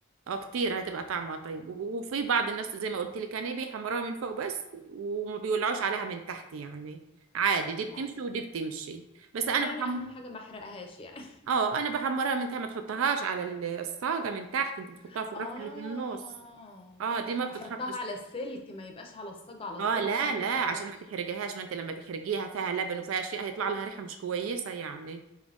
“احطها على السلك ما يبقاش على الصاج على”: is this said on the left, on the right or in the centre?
Left